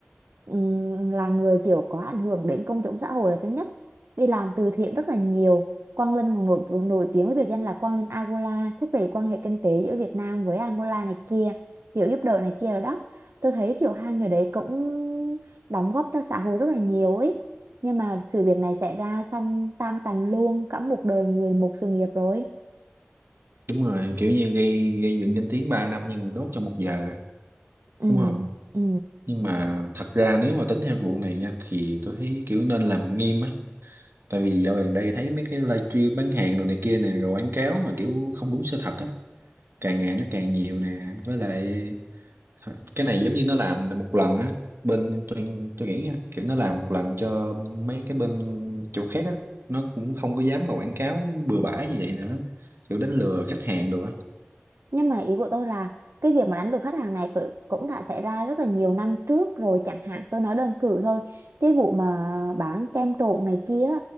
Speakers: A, on the right; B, on the right.
A: ừm, là người kiểu có ảnh hưởng đến công chúng xã hội là thứ nhất đi làm từ thiện rất là nhiều Quang Linh còn nổi, nổi tiếng với biệt danh là Quang Linh Angola thúc đẩy quan hệ kinh tế giữa Việt Nam với Angola này kia kiểu giúp đỡ này kia rồi đó tôi thấy kiểu hai người đấy cũng đóng góp cho xã hội rất là nhiều ấy nhưng mà sự việc này xảy ra xong tan tành luôn cả một đời người một sự nghiệp rồi
B: đúng rồi kiểu như gây gây dựng danh tiếng 3 năm nhưng mà đốt trong một giờ
A: ừ
B: đúng không
A: ừ
B: nhưng mà thật ra nếu mà tính theo vụ này nha thì tôi thấy kiểu nên làm nghiêm á tại vì dạo gần đây thấy mấy cái livestream bán hàng đồ này kia nè rồi quảng cáo mà kiểu không đúng sự thật á càng ngày nó càng nhiều nè với lại cái này giống như nó làm một lần á bên tôi tôi nghĩ nha kiểu nó làm một lần cho mấy cái bên chỗ khác á nó cũng không có dám mà quảng cáo bừa bãi như vậy nữa kiểu đánh lừa khách hàng đồ á
A: Nhưng mà ý của tôi là cái việc mà đánh lừa khách hàng này cự- cũng đã xảy ra rất là nhiều năm trước rồi chẳng hạn tôi nói đơn cử thôi cái vụ mà bán kem trộn này kia